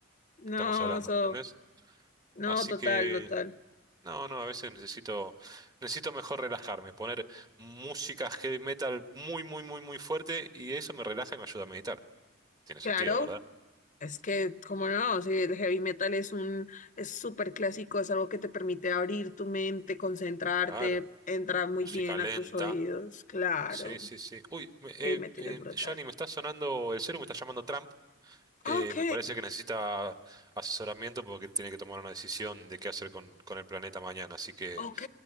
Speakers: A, on the left; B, on the right.
A: No,
B: que estamos hablando,
A: so,
B: ¿me entendés?
A: no,
B: Así
A: total,
B: que...
A: total.
B: No, no, a veces necesito, necesito mejor relajarme, poner música heavy metal muy, muy, muy, muy fuerte y eso me relaja y me ayuda a meditar. Tiene sentido,
A: Claro,
B: ¿verdad?
A: es que, como no, si el heavy metal es un, es súper clásico, es algo que te permite abrir tu mente, concentrarte,
B: Claro,
A: entra muy
B: música
A: bien
B: lenta.
A: a tus oídos. Claro,
B: Sí, sí, sí. Uy, me-
A: heavy
B: eh,
A: metal
B: eh,
A: es brutal.
B: Gianni, me está sonando el celu, me está llamando Trump. Eh,
A: Ok,
B: me parece que necesita asesoramiento porque tiene que tomar una decisión de qué hacer con, con el planeta mañana. Así que
A: ok,